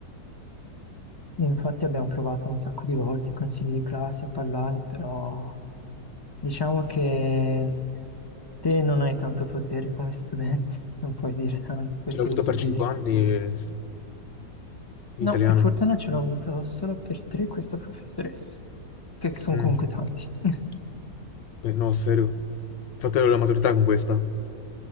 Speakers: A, on the left; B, on the left.
A: Io Infatti abbiamo provato un sacco di volte i consigli di classe a parlare, però diciamo che te non hai tanto potere come studente, <laughs> non puoi dire tanto, puoi
B: Ce
A: solo
B: l'ho avuto
A: subire.
B: per 5 anni, e- italiano.
A: No, per fortuna ce l'ho avuto solo per tre questa professoressa, che sono
B: Mm.
A: comunque tanti. <laughs>
B: Beh, no, serio. Fate la maturità con questa.